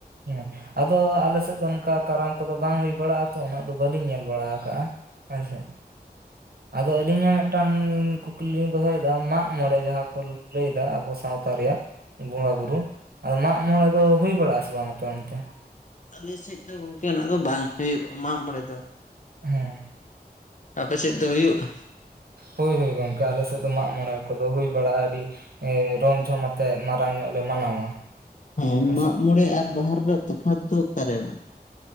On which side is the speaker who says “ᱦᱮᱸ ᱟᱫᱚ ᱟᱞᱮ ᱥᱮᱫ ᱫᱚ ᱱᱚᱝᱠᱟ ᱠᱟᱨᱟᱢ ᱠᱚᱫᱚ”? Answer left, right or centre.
Right